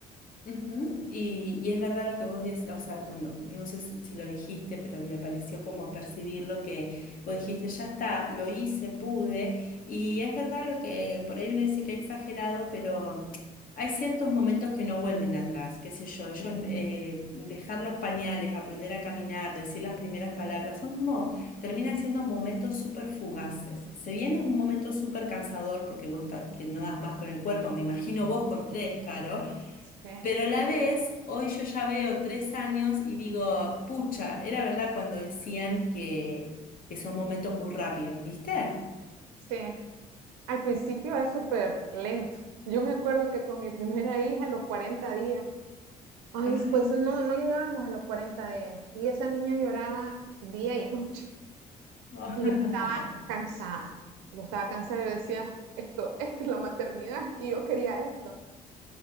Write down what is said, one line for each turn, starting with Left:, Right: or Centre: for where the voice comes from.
Left: Ujú, Y, y es verdad lo que vos decís, o sea, cuando, no sé si, si lo dijiste, pero me pareció como percibir lo que vos dijiste, ya está, lo hice, pude, y es verdad lo que por ahí uno dice que he exagerado, pero hay ciertos momentos que no vuelven atrás, qué sé yo, ellos, eh, dejar los pañales, aprender a caminar, decir las primeras palabras, son como, terminan siendo momentos súper fugaces. Se viene un momento súper cansador porque vos ta- que no das más con el cuerpo, me imagino vos con tres, Caro.
Right: Sí,
Left: Pero a la vez, hoy yo ya veo tres años y digo, pucha, era verdad cuando decían que, que son momentos muy rápidos, ¿viste?
Right: sí. Al principio es súper lento. Yo me acuerdo que con mi primera hija, a los 40 días, ay,
Left: Ajá.
Right: pues no, no llegábamos a los 40 días. Y esa niña lloraba día y noche.
Left: <laughs>
Right: Y yo estaba cansada. Yo estaba cansada, yo decía, esto, esto es la maternidad y yo quería esto.